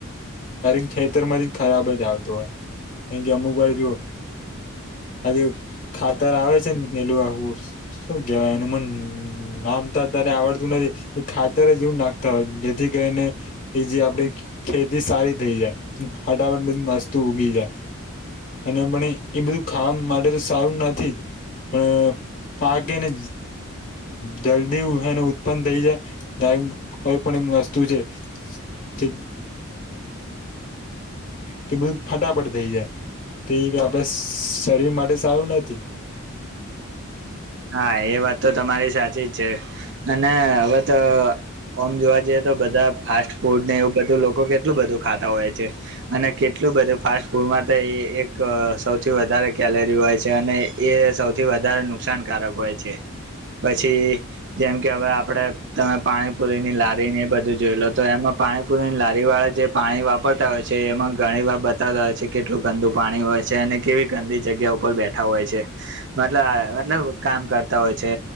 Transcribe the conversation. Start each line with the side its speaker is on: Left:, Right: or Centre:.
Left: <unintelligible> ખેતર માંથી ખરાબ જ આવતો હોય કાયકે અમુક વાર જો આજ ખાતર આવે છે ને પેલું આખું શું કેવાય એનું મન નામ તો અત્યારે આવડતું નથી. એ ખાતર જે એવું નાખતા હોય જેથી કરીને એ જે આપડી ખેતી સારી થઈ જાય. ફટાફટ બધી વસ્તુ ઉગી જાય. અને પણ એ બધું ખાવા માટે તો સારું નથી જ પણ પાક હેને જલ્દી હેને ઉત્પન્ન થઈ જાય. <unintelligible> કોઈ પણ એક વસ્તુ છે <unintelligible> <unintelligible> છે તે બધું ફટાફટ થઈ જાય. તે આપડે શરીર માટે સારું નથી.
Right: હા એ વાત તો તમારી સાચી જ છે અને હવે તો ઓમ જોવા જઈએ તો બધા ફાસ્ટ ફૂડ ને એવું બધું લોકો કેટલું બધું ખાતા હોય છે. અને કેટલું બધું ફાસ્ટ ફૂડમાં તો એ એક સૌથી વધારે કેલરી હોય છે અને એ સૌથી વધારે નુકસાનકારક હોય છે પછી જેમ કે હવે આપડે તમે પાણીપુરી ની લારી ને એ બધું જોઈ લો તો એમાં પાણી પુરી લારી વાળા જે પાણી વાપરતા હોય છે એમાં ઘણી વાર બતાવતા હોય છે કેટલું ગંદુ પાણી હોય છે અને કેવી ગંદી જગ્યા ઉપર બેઠા હોય છે મતલ મતલબ કામ કરતા હોય છે